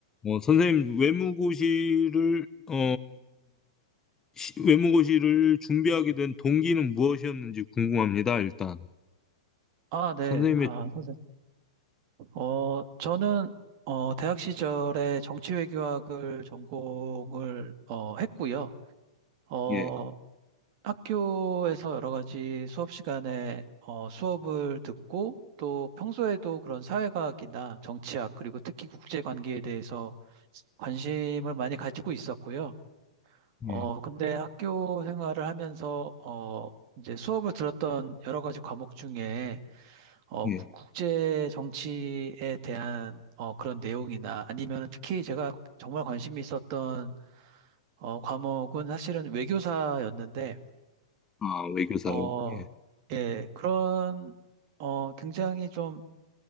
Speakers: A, on the left; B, on the right.
A: 어, 선생님, 외무고시를, 어, 시- 외무고시를 준비하게 된 동기는 무엇이었는지 궁금합니다, 일단.
B: 아, 네.
A: 선생님의,
B: 아, 선생님. 어, 저는, 어, 대학 시절에 정치외교학을 전공을, 어, 했고요. 어,
A: 예,
B: 학교에서 여러 가지 수업 시간에, 어, 수업을 듣고 또 평소에도 그런 사회과학이나 정치학, 그리고 특히 국제관계에 대해서 관심을 많이 가지고 있었고요. 어,
A: 예,
B: 근데 학교 생활을 하면서, 어, 이제 수업을 들었던 여러 가지 과목 중에 어,
A: 예.
B: 국- 국제 정치에 대한 어, 그런 내용이나 아니면 특히 제가 정말 관심이 있었던 어, 과목은 사실은 외교사였는데
A: 아, 외교사요.
B: 어,
A: 예.
B: 예, 그런 어, 굉장히 좀